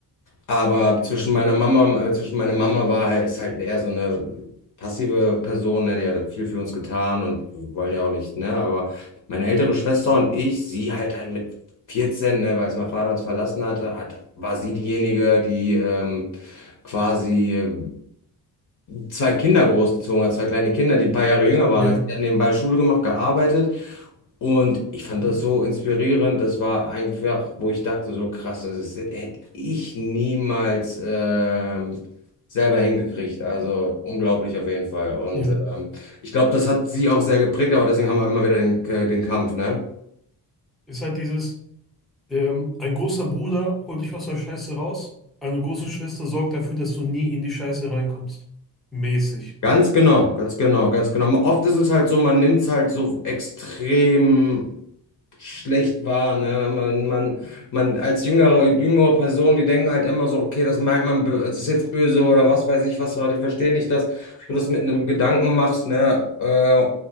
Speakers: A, on the left; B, in the centre.
A: Aber zwischen meiner Mama, äh, zwischen meiner Mama war halt, ist halt eher so eine passive Person, ne? Die hat viel für uns getan und wir wollen ja auch nicht, ne? Aber meine ältere Schwester und ich, sie halt halt mit 14, ne, weil es mein Vater uns verlassen hatte, hat, war sie diejenige, die ähm, quasi zwei Kinder großgezogen hat, zwei kleine Kinder, die ein paar Jahre jünger waren.
B: ja,
A: als ich. Die hat nebenbei Schule gemacht, gearbeitet und ich fand das so inspirierend. Das war einfach, wo ich dachte, so krass, das ist, hätte ich niemals ähm, selber hingekriegt. Also unglaublich auf jeden Fall. Und
B: ja.
A: ähm, ich glaube, das hat sie auch sehr geprägt, aber deswegen haben wir immer wieder den, äh, den Kampf, ne?
B: Ist halt dieses, ähm, ein großer Bruder holt dich aus der Scheiße raus, eine große Schwester sorgt dafür, dass du nie in die Scheiße reinkommst. Mäßig.
A: Ganz genau, ganz genau, ganz genau. Oft ist es halt so, man nimmt es halt so extrem schlecht wahr, ne? Man, man, man als jüngere, jüngere Person, die denken halt immer so, okay, das meint man, bö- es ist jetzt böse oder was weiß ich, was war, ich verstehe nicht, dass du das mit einem Gedanken machst, ne? Äh,